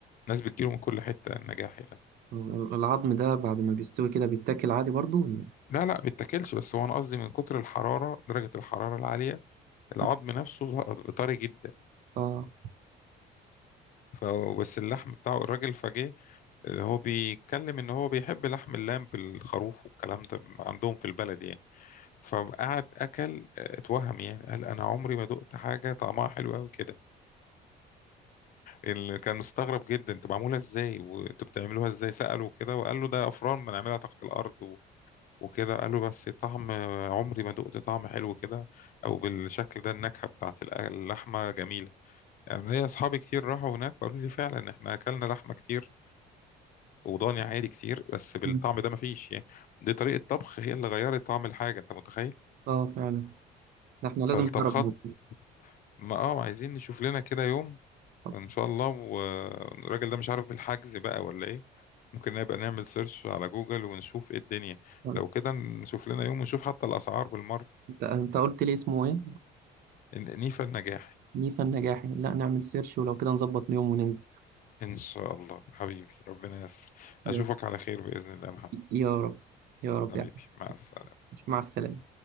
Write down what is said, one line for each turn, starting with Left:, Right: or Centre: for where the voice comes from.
Left: الناس بتجيله من كل حتة النجاحي ده
Right: طب العظم ده بعد ما بيستوي كده بيتاكل عادي برضو ولا؟
Left: لا لا بيتاكلش بس هو أنا قصدي من كتر الحرارة درجة الحرارة العالية العظم
Right: مم.
Left: نفسه طري جدا
Right: اه
Left: فبس اللحم بتاعه الراجل فجاه اللي هو بيتكلم ان هو بيحب لحم اللام بالخروف والكلام ده عندهم في البلد يعني فقعد اكل آه، اتوهم يعني قال انا عمري ما دقت حاجه طعمها حلو قوي كده اللي كان مستغرب جدا انت معموله ازاي وانتوا بتعملوها ازاي ساله كده وقال له ده افران بنعملها تحت الارض و... وكده قال له بس طعم آه، عمري ما دقت طعم حلو كده او بالشكل ده النكهه بتاعت اللحمه جميله يعني ليا اصحابي كتير راحوا هناك وقالوا لي فعلا احنا اكلنا لحمه كتير وضاني عادي كتير بس بالطعم
Right: مم.
Left: ده مفيش يعني دي طريقة طبخ هي اللي غيرت طعم الحاجة انت متخيل
Right: اه فعلا ده احنا لازم
Left: فالطبخات
Right: نجرب نعمل.
Left: ما اه عايزين نشوف لنا كده يوم
Right: طب،
Left: ان شاء الله والراجل ده مش عارف الحجز بقى ولا ايه ممكن نبقى نعمل سيرش على جوجل ونشوف ايه الدنيا
Right: طب،
Left: لو كده نشوف لنا يوم ونشوف حتى الاسعار بالمرة
Right: انت انت قلت لي اسمه ايه
Left: إن- نيفا النجاحي
Right: نيفا النجاحي لا نعمل سيرش ولو كده نظبط يوم وننزل
Left: ان شاء الله حبيبي ربنا ييسر
Right: يلا.
Left: اشوفك على خير باذن الله يا محمد
Right: يا رب يا رب
Left: حبيبي
Right: يا احمد
Left: مع السلامة
Right: مع السلامة